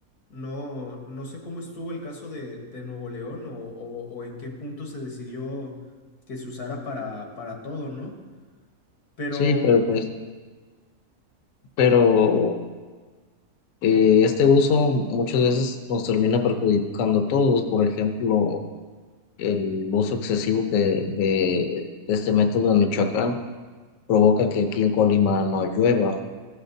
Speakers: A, on the left; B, on the left.
A: No, no sé cómo estuvo el caso de, de Nuevo León o, o- o en qué punto se decidió que se usara para, para todo, ¿no? Pero
B: Sí, pero pues, pero eh, este uso muchas veces nos termina perjudicando a todos. Por ejemplo, El uso excesivo que, de, de este método en Michoacán provoca que aquí en Colima no llueva